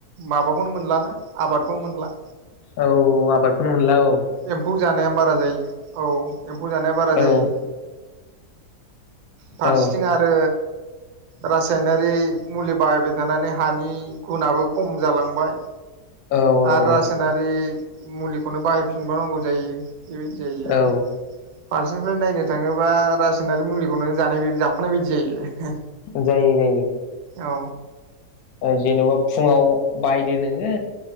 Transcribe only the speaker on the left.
औ आबादखौनो मोनला औ
औ
औ
औ
औ
औ
जायो जायो
जेन'बा फुङाव बायदो नोङो